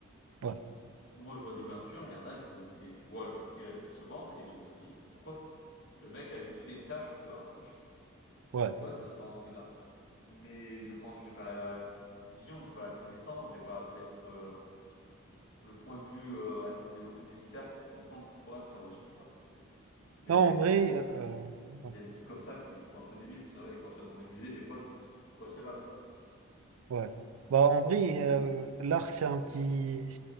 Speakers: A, on the right; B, on the left.
A: ouais,
B: Moi, je vois des peintures, et il y en a, je me, et je vois le prix à qu'elles se vendent, et je me dis, pourquoi? Le mec a juste fait une tâche, tu vois.
A: ouais.
B: Pourquoi ça se vend à ce prix-là? Mais je pense, que j'ai pas la vision, j'ai pas la connaissance, j'ai pas peut-être euh, le point de vue euh, assez développé nécessaire pour comprendre pourquoi ça vaut ce prix-là. Mais
A: Non, en vrai,
B: c'est,
A: euh, euh, ouais.
B: Il y a des trucs comme ça que je trouve un peu débiles. C'est vrai, quand tu vas dans des musées, des fois, tu te dis pourquoi c'est là, quoi.
A: Ouais. Bah, en vrai, euh, l'art, c'est un petit.